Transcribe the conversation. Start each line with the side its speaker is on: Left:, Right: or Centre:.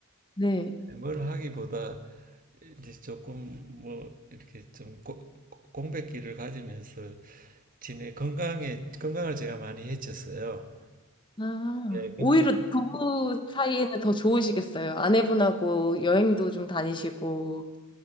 Left: 네.
Right: 뭘 하기보다 이제 조금 뭐 이렇게 좀 고- 고- 공백기를 가지면서 지내 건강에 건강을 제가 많이 해쳤어요.
Left: 아,
Right: 예, 건강
Left: 오히려 부부 사이에는 더 좋으시겠어요. 아내분하고 여행도 좀 다니시고,